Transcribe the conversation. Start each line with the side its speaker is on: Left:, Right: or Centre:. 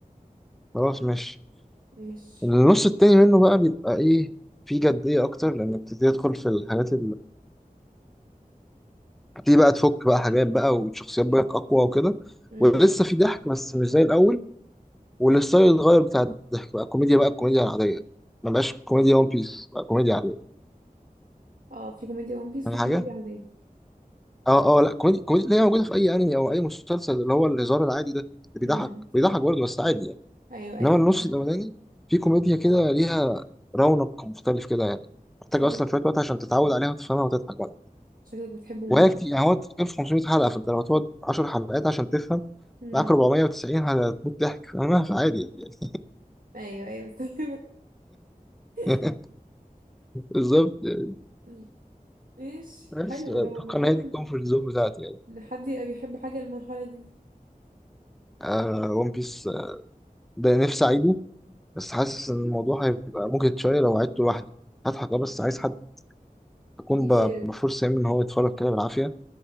Centre: خلاص ماشي
Right: ماشي
Centre: النص التاني منه بقى بيبقى إيه فيه جدية أكتر لأنك بتبتدي تدخل في الحاجات تبتدي بقى تفك بقى حاجات بقى وشخصيات بقى اقوى وكده
Right: امم
Centre: ولسه في ضحك بس مش زي الاول والستايل اتغير بتاع الضحك بقى كوميديا بقى كوميديا عاديه ما بقاش كوميديا ون بيس بقى كوميديا عاديه
Right: اه في كوميديا ون بيس
Centre: فاهم
Right: وفي
Centre: حاجه
Right: كوميديا عادية
Centre: اه اه لا كوميديا كوميديا اللي هي موجوده في اي انمي او اي مسلسل اللي هو الهزار العادي ده اللي بيضحك
Right: امم
Centre: بيضحك برضه بس عادي يعني
Right: ايوه ايوه
Centre: انما النص
Right: مستوعبة.
Centre: الاولاني في كوميديا كده ليها رونق مختلف كده يعني محتاج
Right: شكلك
Centre: اصلا شويه وقت عشان تتعود عليها وتفهمها وتضحك بقى
Right: شكلك بتحبه موت
Centre: وهي كتير يعني هو كان في 500 حلقة فانت لو تقعد 10 حلقات عشان تفهم
Right: امم
Centre: معاك 490 هتموت ضحك <laughs> فاهمها فعادي يعني
Right: ايوه ايوه مستوعبة <laughs>
Centre: <laughs> بالظبط يعني.
Right: مم. ماشي
Centre: بس
Right: حلو
Centre: اتوقع
Right: ده والله حلو
Centre: ان هي دي
Right: ان
Centre: الكومفورت زون بتاعتي يعني
Right: إن حد يبقى بيحب حاجة المرحلة دي
Centre: آه ون بيس ده نفسي اعيده بس حاسس ان الموضوع هيبقى مجهد شوية لو عدته لوحدي هضحك اه بس عايز حد اكون
Right: يشير
Centre: ب- بفرصة يعني ان هو يتفرج كده بالعافية